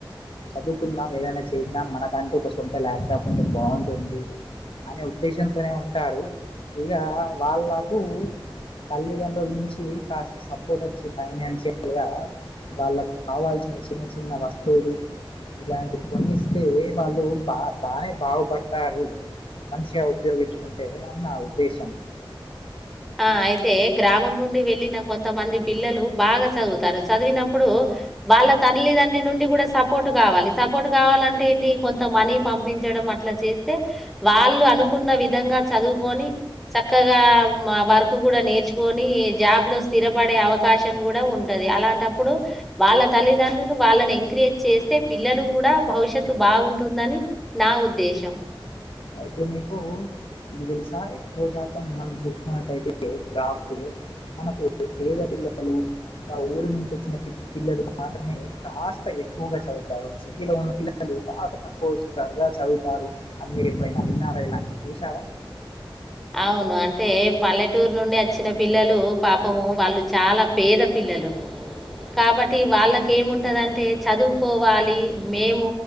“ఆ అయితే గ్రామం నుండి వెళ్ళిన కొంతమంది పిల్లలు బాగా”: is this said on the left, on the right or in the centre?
Centre